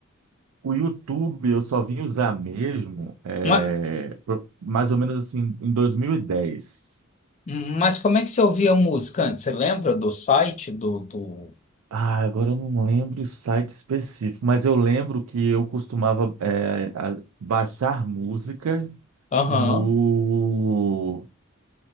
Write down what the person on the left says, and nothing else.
Mas,
mas como é que você ouvia música antes? Você lembra do site do, do...
Aham.